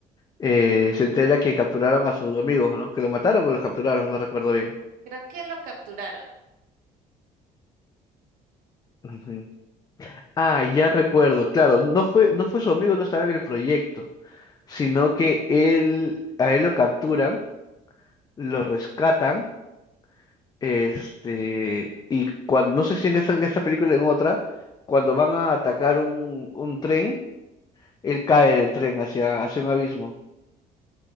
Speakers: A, on the left (about 25°); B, on the right (about 70°).
A: eh, se entera que capturaron a sus amigos, ¿no? Que lo mataron o los capturaron, no recuerdo bien.
B: Creo que lo capturaron
A: Ujú. Ah, ya recuerdo, claro, no fue, no fue su amigo, no estaba en el proyecto, sino que él, a él lo capturan, lo rescatan Este, y cuando, no sé si en esa, en esta película o en otra, cuando van a atacar un, un tren, él cae del tren hacia, hacia un abismo.